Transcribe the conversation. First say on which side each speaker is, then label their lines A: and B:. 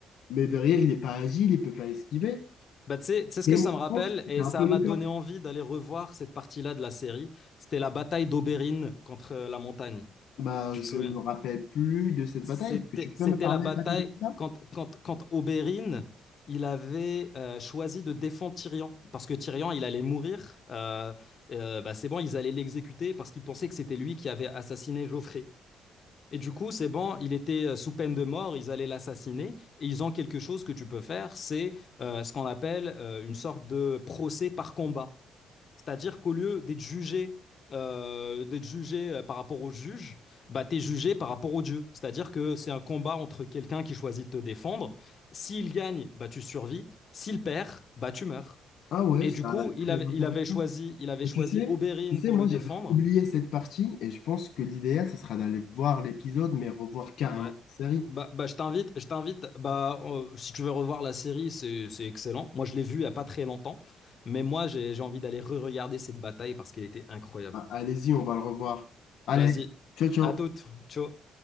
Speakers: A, on the left (about 75°); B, on the left (about 50°).
A: mais derrière, il n'est pas agile, il ne peut pas esquiver.
B: Bah, tu sais, tu sais ce
A: Et
B: que ça
A: moi,
B: me
A: je
B: rappelle,
A: pense que c'était
B: et
A: un
B: ça
A: peu
B: m'a
A: le
B: donné
A: cas.
B: envie d'aller revoir cette partie-là de la série. C'était la bataille d'Oberyn contre euh, la montagne.
A: Bah,
B: Tu
A: je
B: te souviens?
A: me rappelle plus de cette
B: C'était,
A: bataille. Est-ce que tu peux
B: c'était
A: me parler
B: la bataille
A: rapidement de ça?
B: quand, quand, quand Oberyn, il avait euh, choisi de défendre Tyrion, parce que Tyrion, il allait mourir. euh, euh, bah, c'est bon, ils allaient l'exécuter parce qu'ils pensaient que c'était lui qui avait assassiné Joffrey. Et du coup, c'est bon, il était euh, sous peine de mort, ils allaient l'assassiner, et ils ont quelque chose que tu peux faire, c'est euh, ce qu'on appelle euh, une sorte de procès par combat. C'est-à-dire qu'au lieu d'être jugé, euh, d'être jugé euh, par rapport au juge, bah, tu es jugé par rapport au Dieu. C'est-à-dire que c'est un combat entre quelqu'un qui choisit de te défendre. S'il gagne, bah, tu survis. S'il perd, bah, tu meurs.
A: Ah ouais,
B: Et
A: ça
B: du coup,
A: a l'air très
B: il avait,
A: intéressant.
B: il avait choisi, il avait
A: Mais
B: choisi
A: tu sais,
B: Oberyn
A: tu sais,
B: pour
A: moi
B: le
A: j'avais
B: défendre,
A: oublié cette partie et je pense que l'idéal, ça sera d'aller voir l'épisode, mais revoir carrément
B: Ouais.
A: la série.
B: Bah, bah, je t'invite, je t'invite, bah, euh, si tu veux revoir la série, c'est, c'est excellent. Moi, je l'ai vue il n'y a pas très longtemps, mais moi, j'ai, j'ai envie d'aller re-regarder cette bataille parce qu'elle était incroyable.
A: Ah, allez-y, on va le revoir. Allez,
B: Vas-y,
A: ciao, ciao.
B: à toute, ciao.